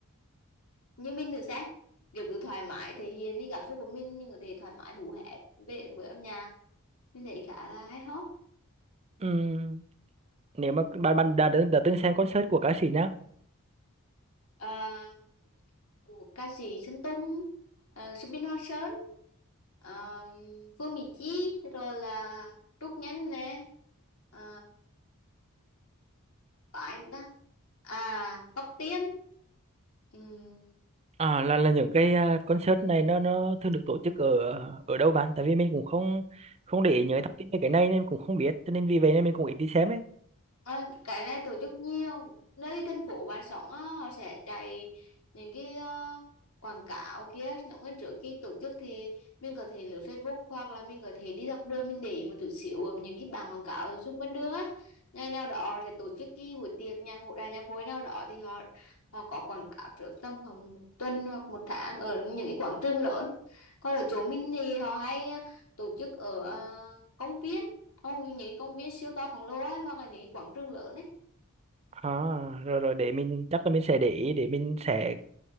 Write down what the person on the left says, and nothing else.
như mình thử xem kiểu cứ thoải mái thể hiện đi cảm xúc của mình mình có thể thoải mái hú hét về với âm nhạc mình thấy khá là hay ho
À, của ca sĩ Sơn Tùng uh, Subin Hoa Sơn à, Phương Mỹ Chi rồi là Trúc Nhân nè à, có anh ta à Tóc Tiên Ừm,
Ờ, cái này tổ chức nhiều nơi thành phố bà sống á, họ sẽ chạy những cái ờ, quảng cáo kia những cái trước khi tổ chức thì mình có thể lướt Facebook hoặc là mình có thể đi dọc đường mình để ý một chút xíu ở những cái bảng quảng cáo ở xung quanh đường á ngày nào đó họ sẽ tổ chức cái buổi tiệc nhạc hội đài nhạc hội nào đó thì họ họ có quảng cáo trước tầm khoảng một tuần hoặc một tháng ở những cái quảng trường lớn còn ở chỗ mình thì họ hay ờ, tổ chức ở ờ, công viên Ồ, những cái công viên siêu to khổng lồ ấy hoặc là những cái quảng trường lớn ấy